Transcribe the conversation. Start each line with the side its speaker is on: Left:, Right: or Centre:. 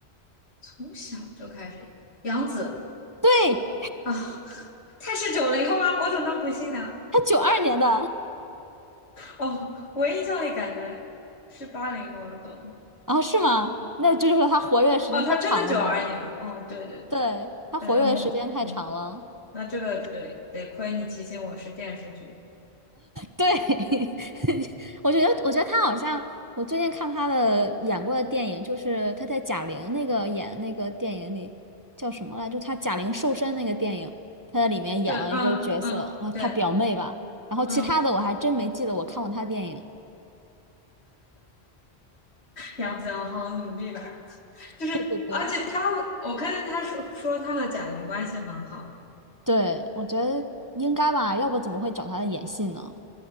Left: 从小就开始。杨紫
Right: 对，
Left: 啊 <laughs>，他是九零后吗？我怎么能不信呢？
Right: 他九二年的。
Left: 哦，我印象里感觉是八零后了都。
Right: 啊，是吗？那这就是说他活跃的时间太长了吗？
Left: 哦，他真的九二年啊。哦，对对对，
Right: 对，他活跃的时间太长了。
Left: 感觉我嗯，那这个对，得亏你提醒我是电视剧。
Right: 对，<laughs> 我觉得，我觉得他好像，我最近看他的演过的电影，就是他在贾玲那个演那个电影里叫什么来着就他贾玲瘦身那个电影，他在里面演了一个角色啊，
Left: 对，嗯嗯，对，
Right: 他表妹吧。然后其他的我还真没记得我看过他的电影。
Left: 嗯，杨紫要好好努力吧。就是，
Right: 对对对，
Left: 而且他会我看见他说说他和贾玲关系很好，
Right: 对，我觉得应该吧，要不怎么会找他演戏呢？